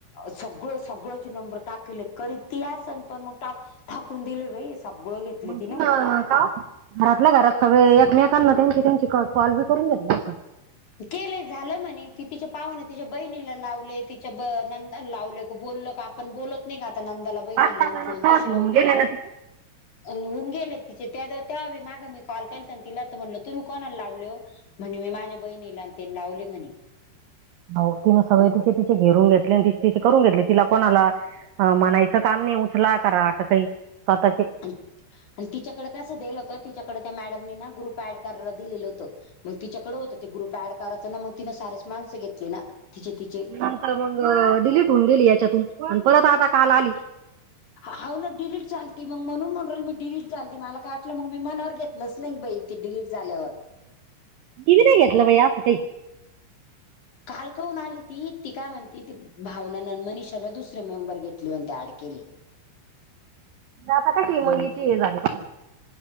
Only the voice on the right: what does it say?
माती
ना का घरातल्या घरात सगळे एकमेकांना त्यांची त्यांची क कॉल बी करून दिली अस
पाच सहा
जण
सहज
होऊन
गेले ना तिचे
हो तिनं सगळे
तिचे तिचे घेरून घेतले आणि ति तिचे करून घेतले तिला कोणा आला म्हनायचं काम नाही उचला करा का काही स्वतःचे
नंतर मग डिलीट होऊन गेली याच्यातून परत आता काल आली
दिवी नाही घेतलं बा या स काही
आता काय शिमंगीची
हे झाली का